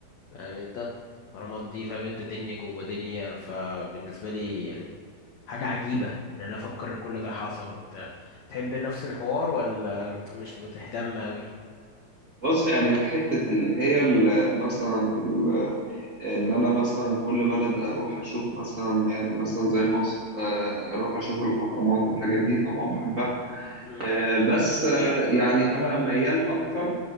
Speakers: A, on the left; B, on the right.
A: فاهم أنت الأهرامات دي فاهم أنت دنيا جوه دنيا فبالنسبة لي يعني حاجة عجيبة إن أنا أفكر إن كل ده حصل وبتاع تحب نفس الحوار ولا مش بتهتم أوي؟
B: بص يعني في حتة اللي هي ال- مثلا ال- إن أنا مثلا كل بلد أروح أشوف مثلا يعني مثلا زي مصر آه، أروح أشوف الأهرامات الحاجات دي طبعا بحبها
A: مم،
B: آه، بس آه، يعني أنا ميال أكتر